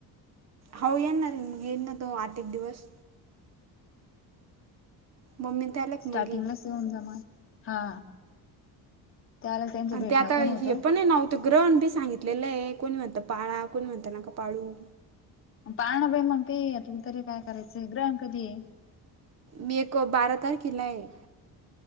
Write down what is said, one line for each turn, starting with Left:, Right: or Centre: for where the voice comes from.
Right: हो येणार रे येईन ना तो आठ एक दिवस मम्मी त्याला
Left: स्टार्टिंगलाच
Right: मग येईल
Left: येऊन जामा हा. त्याला त्यांचं
Right: आणि
Left: भेटणं
Right: ते आता
Left: होतं.
Right: हे पण नव्हत. त ग्रहण बी सांगितलेले आहे कोण म्हणता पाळा कोण म्हणता नका पाळू.
Left: पाणं बाई मग का यातलं तरी काय करायचंय ग्रह कधी आहे.
Right: मी एक बारा तारखेला आहे.